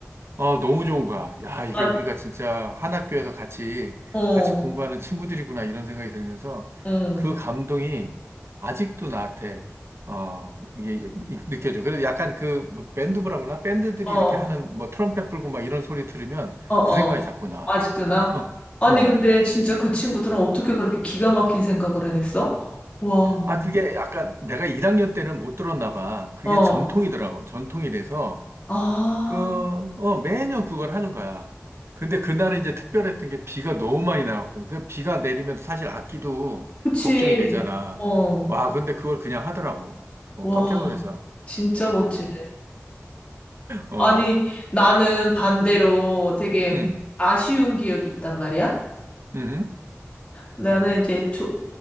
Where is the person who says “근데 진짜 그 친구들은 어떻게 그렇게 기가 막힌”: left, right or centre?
Left